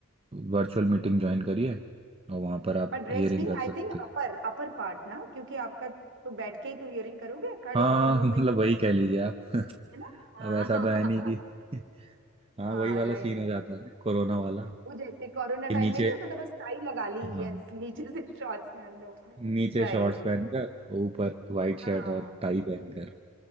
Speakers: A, on the right (about 25°); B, on the right (about 60°).
A: वर्चुअल मीटिंग ज्वाइन करिए और वहाँ पर आप
B: पर ड्रेस
A: हियरिंग
B: भी
A: कर
B: I
A: सकते
B: think
A: हैं
B: upper upper part ना क्योंकि आपका तो बैठ के ही तो इयरिंग करोगे खड़े
A: हाँ
B: होके
A: हाँ
B: मूवमेंट
A: हाँ, मतलब वही कह लीजिए आप
B: है ना हाँ
A: अब ऐसा तो है नहीं कि
B: <laughs>
A: <laughs> हाँ
B: हाँ
A: वही वाला
B: राइट
A: सीन हो जाता है कोरोना वाला
B: वो जैसे कोरोना
A: कि
B: टाइम
A: नीचे
B: में नहीं होता था बस टाई लगा ली
A: हाँ
B: यस नीचे से शॉर्ट्स पहन लो <laughs>
A: नीचे
B: राइट
A: शॉर्ट्स पहनकर ऊपर वाइट
B: हाँ
A: शर्ट और टाई पहनकर